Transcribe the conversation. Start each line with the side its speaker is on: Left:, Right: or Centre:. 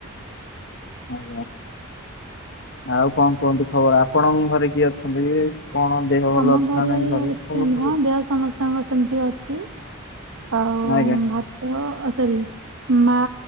Left: ଆଜ୍ଞା। ଆଉ କଁ କୁହନ୍ତୁ ଖବର ଆପଣଙ୍କ ଘରେ କିଏ ଅଛନ୍ତି କଣ ଦେହ ଭଲ
Right: ଆମ
Left: ଅଛି
Right: ଘରେ
Left: ନା ନାଇଁ
Right: ଅଛନ୍ତି
Left: ସମସ୍ତଙ୍କର
Right: ହଁ ଦେହ ସମସ୍ତଙ୍କ ସେମିତି ଅଛି ଆଉ
Left: ଆଜ୍ଞା।
Right: ଭାତ ଅ ସରି ମା